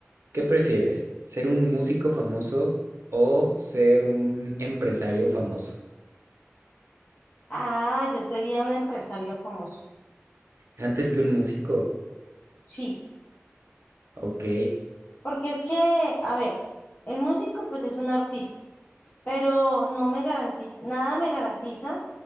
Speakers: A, on the right; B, on the left.
A: ¿Qué prefieres? ¿Ser un músico famoso o ser un empresario famoso?
B: Ah, yo sería un empresario famoso.
A: Antes que un músico.
B: Sí,
A: Ok.
B: porque es que, a ver, el músico pues es un artista, pero no me garantiza, nada me garantiza